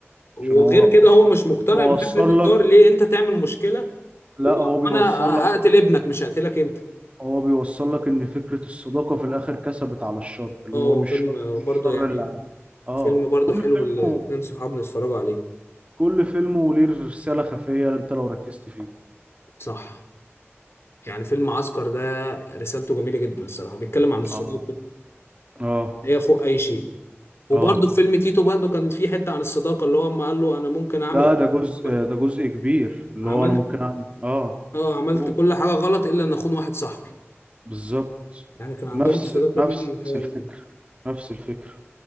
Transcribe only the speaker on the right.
عشان هو
موصل
لك
لا
هو
بيوصل لك
هو بيوصل لك ان فكرة الصداقة في الاخر كسبت على الشر اللي
هو مش
شر مش
الشر
اللي عايز اه
كل
فيلمه
كل فيلمه ليه رسالة خفية انت لو ركزت فيه
اه اه
اه
ده
ده جزء
ده جزء كبير اللي
هو انا ممكن اعمل اه
أوه.
بالظبط
نفس
نفس
الفكرة
نفس الفكرة